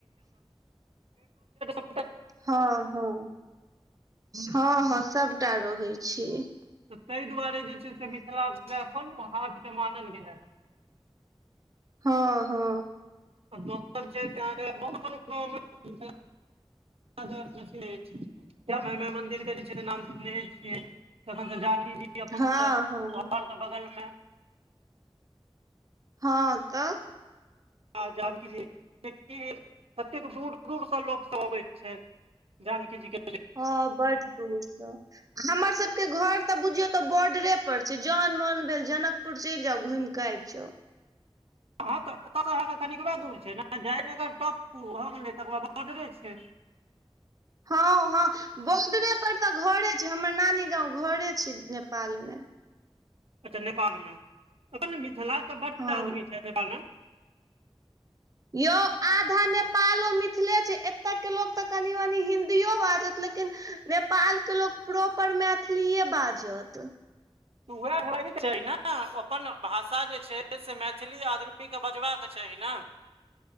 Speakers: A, on the right (about 80°); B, on the right (about 35°).
A: <unintelligible>
B: हँ हँ हँ हँ सबटा रहै छैय।
A: तऽ ताहि दुआरे जे छैय से मिथिलाके अपन हाटके मानल गेलया।
B: हँ हँ
A: <unintelligible> अहाँके <unintelligible> <unintelligible> श्यामा माई मन्दिर के जे छैय नाम सुननहे छियै। तखन त जानकी जी अपन
B: हँ
A: घर
B: हँ
A: के बगल मे।
B: हँ तऽ।
A: आ जानकी जी कतेक दूर दूरसँ लोक सब अबैत छैथी। जानकी जी के
B: हँ बड दूर स। हमरसभके घर तऽ बुझियौ तऽ बॉर्डरे पर छैय, जहन मोन भेल जनक पुुर चलि जाउ घुमिकऽ आबि जाव।
A: हँ त ओहाँ के कनिकबा दूर छैय जयनगर टॉप हो गेलै तकर बॉर्डरे छैय।
B: हँं हँ बॉडरे पर तऽ घरे छैय हमर नानी गाँंव घरे छैय नेपाल मे।
A: अच्छा नेपालमे अपन मिथिला के बड
B: हँ
A: आदमी छैय नेपाल मे।
B: यौ आधा नेपालो मिथिले छैय एत के लोक तऽ कनि मनि हिन्दियो बाजत लेकिन नेपालके लोक प्रॉपर मैथिलीए बाजत।
A: उहाय हेबाय चाहि नऽ ह अपन भाषा जे छै से मैथिली आदमीके बजबाक चाही नऽ